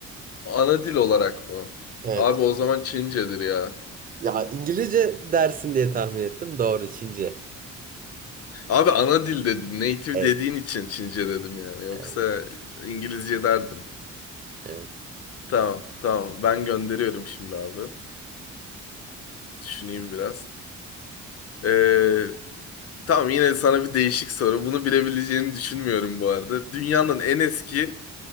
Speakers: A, on the left; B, on the right.
A: Ana dil olarak mı?
B: Evet.
A: Abi o zaman Çincedir ya.
B: Ya İngilizce dersin diye tahmin ettim. Doğru Çince.
A: Abi ana dil dedin. Native
B: Evet.
A: dediğin için Çince dedim yani. Yoksa
B: Evet.
A: İngilizce derdim.
B: evet.
A: Tamam tamam. Ben gönderiyorum şimdi abi. Düşüneyim biraz. Ee, tamam yine sana bir değişik soru. Bunu bilebileceğini düşünmüyorum bu arada. Dünyanın en eski